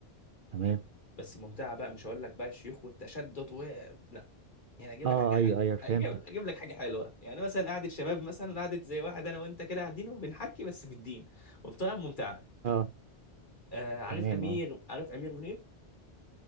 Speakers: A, on the right; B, on the left.
A: تمام
B: بس ممتعه بقى مش هقول لك بقى الشيوخ والتشدد و لا يعني اجيب
A: اه
B: لك حاجه
A: اه
B: حلوه
A: ايوه ايوه فهمتك
B: اجيب اجيب لك حاجه حلوه يعني مثلا قعده شباب مثلا قعده زي واحد انا وانت كده قاعدين وبنحكي بس في الدين وبطريقه ممتعه
A: اه
B: آه عارف
A: تمام
B: امير
A: اه
B: عارف امير منير